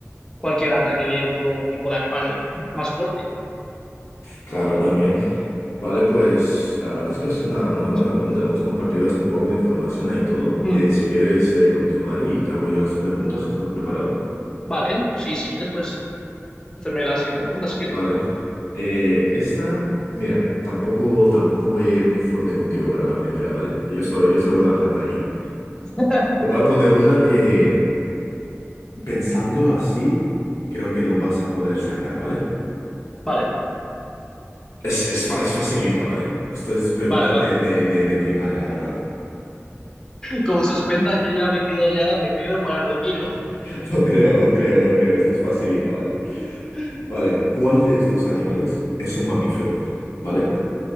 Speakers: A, on the left (about 15°); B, on the left (about 75°).
A: cualquier ataque de otro tipo de animal más fuerte.
B: Claro, también. Vale, pues la verdad es que ha sido una, una buena
A: Sí.
B: pregunta. Hemos compartido hasta un poco de información ahí todo.
A: Mm,
B: Eh, si quieres eh, continuar y te hago yo la siguiente pregunta, si estás preparado.
A: Vale, sí, si quieres, pues hacerme la siguiente pregunta, si quieres.
B: Vale. Eh, esta, mira, tampoco, tampoco voy a ir muy fuerte contigo para la primera, ¿vale? Que yo soy, yo soy buena gente aquí.
A: <laughs>
B: Te voy a poner una que Pensándolo así, creo que lo vas a poder sacar, ¿vale?
A: Vale,
B: Es, es, fa- es facilita, ¿vale? Esto es pregunta
A: vale, vale.
B: de, de, de, de primaria, la verdad.
A: Como suspenda, yo ya me quedo, ya me quedo para el retiro.
B: <laughs> No creo, no creo, no creo. Esto es facilita, ¿vale?
A: <laughs>
B: Vale, ¿cuál de estos animales es un mamífero? ¿Vale?